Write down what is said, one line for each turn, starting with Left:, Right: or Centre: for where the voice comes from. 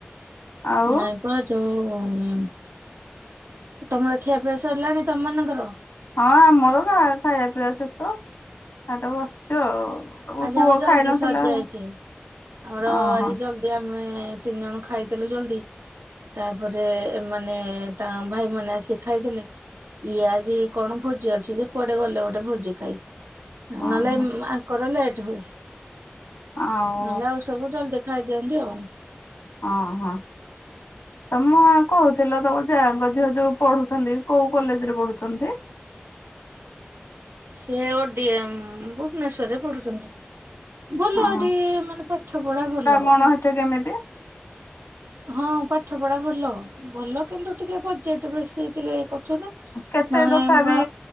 Left: ଆଉ
Right: ନାଇଁ ପା ଯୋଉ ଓ ତମର ଖିଆପିଆ ସରିଲାଣି ତମ ମାନଙ୍କର?
Left: ହଁ ଆମର ଖା ଖାଇଆ ପିଇଆ ଶେଷ। ଏଟି ବସିଛୁ ଆଉ।
Right: ଆଜି
Left: ପୁଅ
Right: ଆମର ଜଲଦି
Left: ଖାଇ ନଥିଲା
Right: ସରି ଯାଇଛି ଆମର
Left: ଓହୋ
Right: ଆଜି ଜଲଦି ଆ ଆମେ ତିନି ଜଣ ଖାଇଥିଲୁ ଜଲଦି ତାପରେ ଏମାନୋନ ତାଙ୍କ ଭାଇ ମାନ ଆସିିକି ଖାଇଥିଲେ ଇଏ ଆଜି କଣ ଭୋଜି ଅଛି ଯେ କୁଆଡେ ଗଲେ ଗୋଟେ ଭୋଜି ଖାଇ,।
Left: ଓହୋ
Right: ନହଲେ। ପୁର ଲେଟ ହୁଏ।
Left: ଆଉ
Right: ନହେଲେ ଆଉ ସବୁ ଜଲତି ଦେଖ ଖାଇ ଦିଅନ୍ତି ଆଉ।
Left: ଓ ହୋ ତମଁ କହୁଥିଲ ତମ ଯାଙ୍କ ଝିଅ ଯୋଉ ପଢୁଛନ୍ତି କୋଉ କଲେଜ ରେ ପଢୁଛନ୍ତି।
Right: ସେ ଓଡି ଭୁବନେଶ୍ଵରରେ ପଢୁଛନ୍ତି। ଭଲ
Left: ହଁ
Right: ଟିକେ ମାନେ ପାଠ ପଢା ଭଲ ହବ।
Left: କଣ ସେଠି କେମିତି?
Right: ହଁ ପାଠ ପଢା ଭଲ ଭଲ କିନ୍ତୁ ଟିକେ ବଜେଟ ବେଶୀ ଟିକେ କରୁଛନ୍ତି।
Left: କେତେ
Right: ନହେଲେ
Left: ତଥାପି